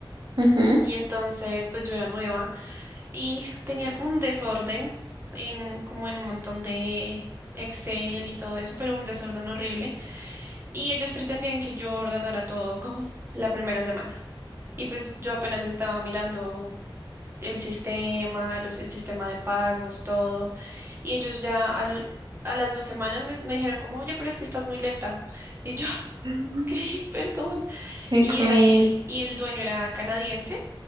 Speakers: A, on the right; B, on the right.
A: ujú.
B: y entonces pues yo era nueva. y tenían un desorden en como en un montón de Excel y todo eso, pero un desorden horrible. Y ellos pretendían que yo ordenara todo como la primera semana. Y pues yo apenas estaba mirando el sistema, los, el sistema de pagos, todo. Y ellos ya al, a las dos semanas me, me dijeron como, oye, pero es que estás muy lenta. Y yo, <laughs>
A: Mm,
B: ok, perdón.
A: Qué
B: Y
A: cruel.
B: era así. Y el dueño era canadiense.